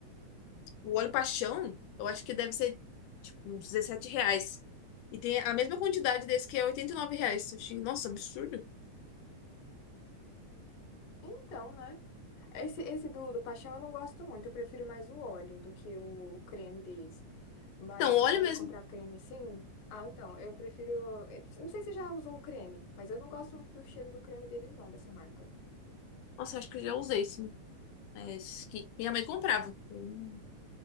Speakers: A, on the left; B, on the left.
A: o óleo paixão, eu acho que deve ser, tipo, uns 17 reais. E tem a mesma quantidade desse que é 89 reais. Eu achei, nossa, absurdo.
B: Então, né? Esse, esse do, do paixão eu não gosto muito. Eu prefiro mais o óleo do que o creme deles. Mas
A: Então,
B: se
A: óleo
B: for
A: mesmo.
B: para comprar creme sim Ah, então, eu prefiro. eu Não sei se você já usou o creme, mas eu não gosto muito do cheiro do creme deles, não, dessa marca.
A: Nossa, acho que eu já usei sim. É, esse que minha mãe comprava. Hum.